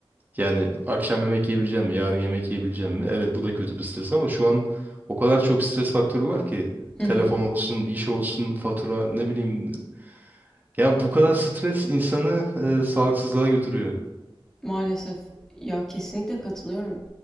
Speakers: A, on the right; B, in the centre.
A: Yani akşam yemek yiyebileceğim mi? Yarın yemek yiyebileceğim mi? Evet bu da kötü bir stres ama şu an o kadar çok stres faktörü var ki.
B: <laughs>
A: Telefon olsun, iş olsun, fatura ne bileyim. Yani bu kadar stres insanı e, sağlıksızlığa götürüyor.
B: Maalesef. Ya kesinlikle katılıyorum.